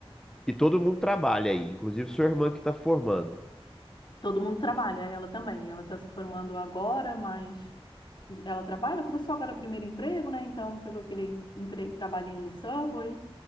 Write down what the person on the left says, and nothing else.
Todo mundo trabalha, ela também. Ela está se formando agora, mas ela trabalha. Começou agora o primeiro emprego, né? Então pegou aquele empre... trabalhinho no Subway